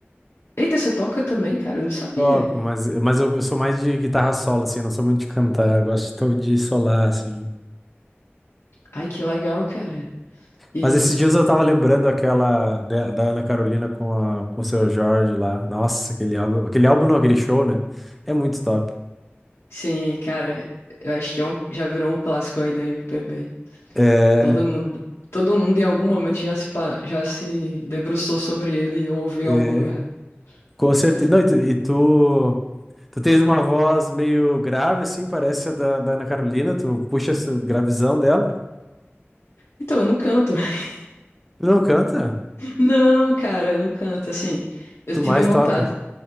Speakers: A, on the left (about 80°); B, in the centre.
A: Eita, você toca também, cara? Eu não sabia.
B: Toco, mas, mas eu, eu sou mais de guitarra solo, assim, não sou muito de cantar. eu Gosto de to- de solar, assim.
A: Ai, que legal, cara. E,
B: Mas esses dias eu tava lembrando aquela da, da Ana Carolina com, a, com o seu Jorge lá. Nossa, aquele álbum. Aquele álbum não, aquele show, né? É muito top.
A: sim, cara, eu acho que é um, já virou um clássico aí da MPB.
B: É,
A: Todo mundo, todo mundo em algum momento já se, pa- já se debruçou sobre ele ou ouviu
B: é,
A: em algum lugar,
B: com certeza.
A: cara.
B: Não, e tu, e tu, tu tens uma voz meio grave, assim, parece a da, da Ana Carolina. Tu puxa essa gravizão dela.
A: Então, eu não canto. <laughs>
B: Tu não canta?
A: Não, cara, eu não canto. Assim, eu
B: Tu
A: tive
B: mais
A: vontade,
B: toca.